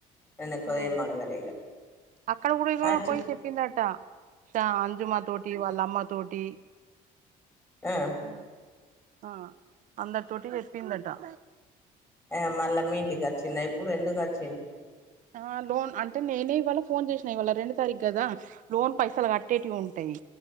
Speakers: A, on the left; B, on the right.
A: నేను ఎక్కువ
B: ఆ
A: ఏం అడగలే ఇగ
B: అక్కడ గుడా ఇగో
A: అచ్చి
B: పోయి చెప్పిందట ఇట్ల అంజు మాతోటి టీ వాళ్ళ అమ్మ తోటీ
A: ఆ
B: ఉమ్ ఆ అందరి తోటి జెప్పిందటా
A: ఆ మళ్ళా మీఇంటికి వచ్చిందా ఇప్పుడు ఎందుకు వచ్చింది
B: ఆ లోన్ అంటే నేనే ఇవాళ ఫోన్ జేసిన ఇవాళ రెండు తారీఖు గదా లోన్ పైసలు గట్ట కట్టేటివి ఉంటాయి